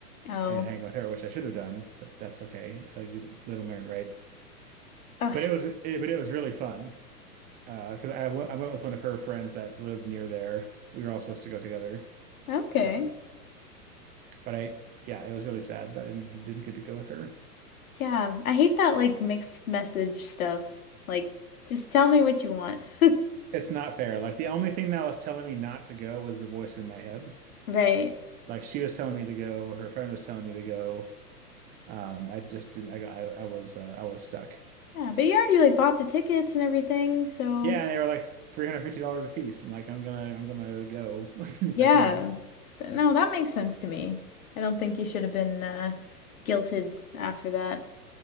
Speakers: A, on the left (about 60°); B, on the right (about 20°).
A: Oh.
B: and hang with her, which I should have done, but that's okay. Uh, you live and learn, right?
A: Ugh.
B: But it was, it, but it was really fun uh, because I went, I went with one of her friends that lived near there. We were all supposed to go together,
A: Okay.
B: um, but I, yeah, it was really sad that I didn't didn't get to go with her.
A: Yeah. I hate that like mixed message stuff. Like, just tell me what you want. <laughs>
B: It's not fair. Like the only thing that was telling me not to go was the voice in my head.
A: Right.
B: Like she was telling me to go, her friend was telling me to go. Um, I just didn't. I I, I was. Uh, I was stuck.
A: Yeah, but you already like bought the tickets and everything, so
B: Yeah, and they were like three hundred fifty dollars a piece. I'm like, I'm gonna. I'm gonna go <laughs> if
A: yeah.
B: I can.
A: Th- No, that makes sense to me. I don't think you should have been uh guilted after that.